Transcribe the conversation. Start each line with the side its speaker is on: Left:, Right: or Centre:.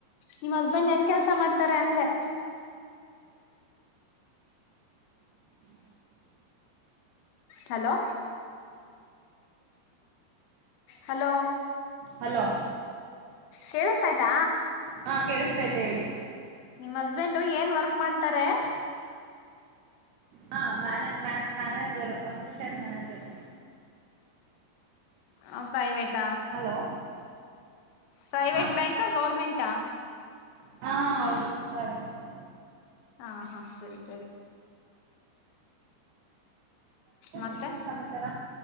Left: ನಿಮ್ ಹಸ್ಬೆಂಡ್ ಏನ್ ಕೆಲ್ಸ ಮಾಡ್ತಾರೆ ಅಂದೆ. ಹಲೋ ಹಲೋ
Right: ಹಲೋ
Left: ಕೇಳಿಸ್ತೈತ
Right: ಹಾ ಕೇಳಿಸ್ತೈತೆ ಹೇಳಿ.
Left: ನಿಮ್ ಹಸ್ಬೆಂಡ್ ಏನ್ ವರ್ಕ್ ಮಾಡ್ತಾರೆ. <inaudible>
Right: ಹಾ ಮ್ಯನೆ ಮ್ಯಾನ್ ಮ್ಯಾನೇಜರು ಅಸಿಸ್ಟೆಂಟ್ ಮ್ಯಾನೇಜರು.
Left: ಆ ಪ್ರೈವೇ ಟಾ
Right: ಹಲೋ
Left: ಪ್ರೈವೇಟ್
Right: ಹಾ
Left: ಬ್ಯಾಂಕ ಗೌರ್ಮೆಂಟಾ.
Right: ಹಾ ಹೌದು <unintelligible>
Left: ಹಾ ಹಾ ಸರಿ ಸರಿ. ಮತ್ತೆ
Right: ಇನ್ನೇನ್ ಸಮಾಚಾರ